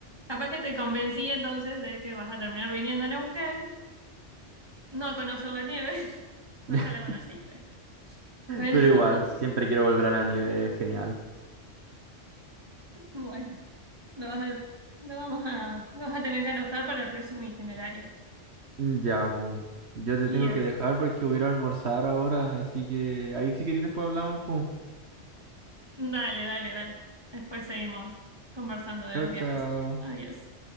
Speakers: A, on the right; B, on the right.
A: Capaz que te convencí entonces de que vas a terminar viniendo a Neuquén, no a conocer la nieve, <laughs> pues
B: <laughs>
A: ya la conociste. Pero
B: Pero igual,
A: <laughs>
B: siempre quiero volver a la nieve, es genial.
A: bueno, lo vas a- lo vamos a, lo vas a tener que anotar para el próximo itinerario.
B: Ya, pues. Yo te
A: Yes.
B: tengo que dejar porque voy a ir a almorzar ahora, así que ahí si querés después hablamos, pues.
A: Dale, dale, dale. Después seguimos conversando de
B: Chao,
A: los viajes.
B: chao.
A: Adiós.